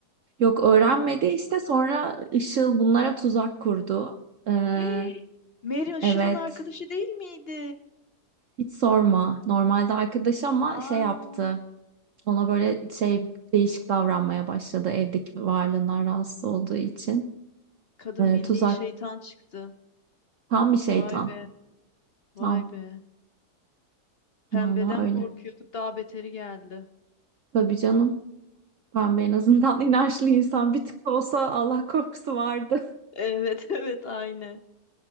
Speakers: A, on the right; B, on the left.
A: Yok öğrenmedi işte sonra Işıl bunlara tuzak kurdu. Eee,
B: <gasps> Hey! Mary Işıl'ın
A: evet
B: arkadaşı değil miydi?
A: hiç sorma normalde arkadaş ama
B: Aa,
A: şey yaptı ona böyle şey değişik davranmaya başladı evdeki varlığından rahatsız olduğu için.
B: kadın
A: Eee,
B: bildiğin
A: tuzak
B: şeytan çıktı.
A: tam bir şeytan
B: Vay be, vay
A: tam.
B: be. Pembeden
A: Vallahi öyle.
B: korkuyorduk. Daha beteri geldi.
A: Tabii canım. Ben de en azından <laughs> inançlı insan bir tık da olsa Allah korkusu vardı.
B: Evet <laughs> evet aynen.